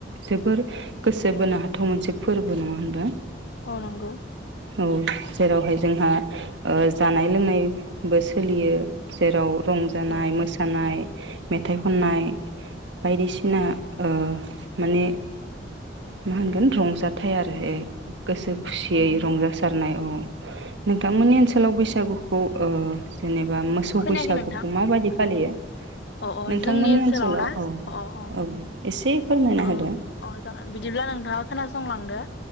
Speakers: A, on the right (about 75°); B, on the left (about 65°).
A: जोबोर गोसो बोनो हाथाव मोनसे फोरबो नङा होनबा।
B: औ नंगौ
A: औ जेरावहाय जोंहा जानाय लोंनायबो सोलियो जेराव रंजानाय
B: औ
A: मोसानाय
B: औ
A: मेथाइ खननाय बायदिसिना ओ माने मा होनगोन रंजाथाइ आरो ए गोसो खुसियै
B: अ नंगौ
A: रंजासारनायाव नोंथांमोननि
B: औ
A: ओनसोलाव बैसागु खौ ओ जेन मोसौ
B: खोनायाखै
A: बैसागुखौ
B: नोंथां
A: माबायदि फालियो।।
B: अ अ
A: नोंथांमोननि
B: जोंनि ओनसोलाव ना
A: औ
B: अ अ
A: औ एसे फोरमायना
B: औ
A: होदो
B: अ जागोन बिदिब्ला नोंथाङा खोनासंलांदो।